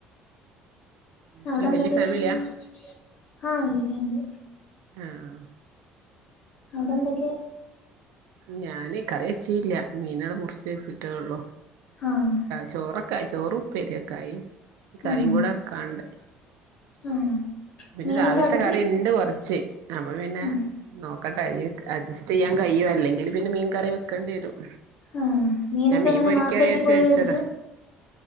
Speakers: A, on the right; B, on the left.
A: വീട്ടില്
B: അവിടെ എന്തൊക്കെയ
A: വല്യ ഫാമിലിയാ
B: പ്രശ്ന ആഹ് ഒല്ലേ ഫേമില
A: ആഹ
B: അവിടെന്തക്കെ
A: ഞാാന് കറി വച്ചീല്ല മീനടെ മുറിച്ച് വെച്ചിട്ടേള്ളു
B: ആഹ്
A: ചോറ ക്ക ചോറുപ്പേരയക്കായി ഇ കാര്യം
B: ആഹ്
A: കൂടെ ഒക്കാണ്ട്
B: ആഹ്
A: പിന്നെ
B: മീനൊക്കെ
A: രാവിലത്തെ
B: അടുത്ത്
A: കറി ഉണ്ട് കൊറച്ച് അപ്പൊ പിന്നെ
B: ആഹ്
A: നോ ഒക്കട്ട അഡ്സ് ചെയാൻ കഴിയുമോല്ലെങ്കിൽ പിന്നെ മീൻ കറി വെക്കേി വരും
B: ആഹ മീനൊക്കെ
A: ഞാൻ മീൻ
B: എങ്ങനെ
A: പൊരിക്കാ
B: മാർക്കറ്റിൽ
A: വിചാരിച്ച്
B: പോയി
A: വെച്ചതാ
B: മേടിക്കും